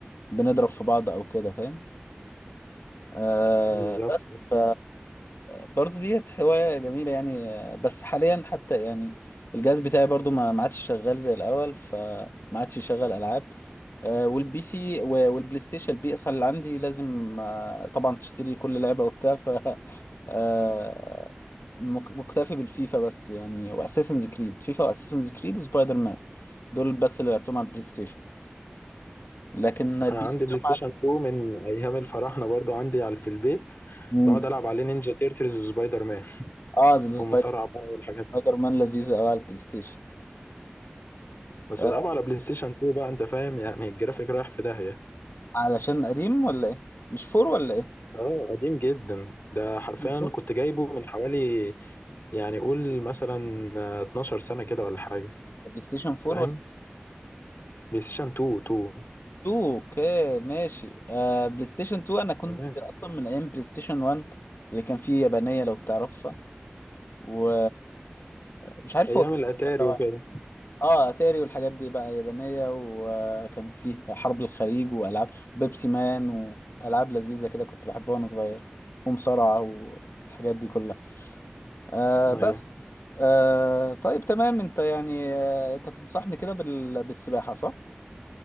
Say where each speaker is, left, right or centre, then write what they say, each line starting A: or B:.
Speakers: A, on the left; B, on the left.
A: بنضرب في بعض او كده فاهم آه
B: بالظبط
A: بس ف برضو ديت هواية جميلة يعني آه، بس حاليا حتى يعني الجهاز بتاعي برضو ما ما عادش شغال زي الأول فما عادش يشغل ألعاب آه والبي سي و- والبلاي ستيشن البي اس اللي عندي لازم آه طبعا تشتري كل لعبة وبتاع ف <laughs> آه مك- مكتفي بالفيفا بس يعني واساسنز كريد فيفا واساسنز كريد وسبايدر مان دول بس اللي لعبتهم على البلاي ستيشن لكن البي
B: انا عندي
A: سي
B: بلاي
A: ده
B: ستيشن
A: ما عاد-
B: 2 من ايام الفراعنه برضو عندي على في البيت
A: مم.
B: بقعد العب عليه نينجا تيرتلز وسبايدر مان
A: اه زي
B: ومصارعه
A: سبايدر
B: بقى والحاجات دي
A: سبايدر مان لذيذ قوي على البلاي ستيشن
B: بس
A: آه،
B: بلعبها على بلاي ستيشن 2 بقى انت فاهم يعني الجرافيك رايح في داهيه
A: علشان قديم ولا ايه مش فور ولا ايه
B: اه قديم جدا ده حرفيا
A: الفور؟
B: كنت جايبه من حوالي يعني قول مثلا آه، 12 سنه كده ولا حاجه
A: بلاي ستيشن 4
B: فاهم
A: ولا
B: بلاي ستيشن 2 2
A: 2 اوكي ماشي آه بلاي ستيشن 2 انا كنت
B: تمام
A: اصلا من ايام بلاي ستيشن 1 اللي كان فيه يابانية لو تعرفها و مش عارف
B: ايام
A: هو كان
B: الاتاري
A: ولا
B: وكده
A: واحد. اه اتاري والحاجات دي بقى يابانية وكان فيه حرب الخليج والعاب بيبسي مان والعاب لذيذة كده كنت بحبها وانا صغير ومصارعة والحاجات دي كلها آه
B: ايوه
A: بس آه طيب تمام انت يعني آه انت تنصحني كده بال... بالسباحة صح؟